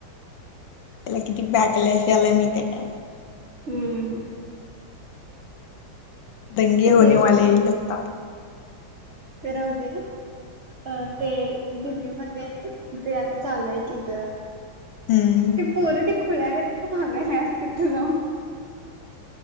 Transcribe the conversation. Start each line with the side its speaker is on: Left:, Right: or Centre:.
Left: त्याला किती बॅकला हे आलय माहीते का?
Right: हम्म!
Left: दंगे होनेवाले
Right: ते
Left: हे लगता.
Right: ते राहूदे. अ ते दिल्लीमध्ये, ते आता चालूय की ग.
Left: हम्म
Right: ते पोरं ते खुलागात का बघायला तिथं जाऊ.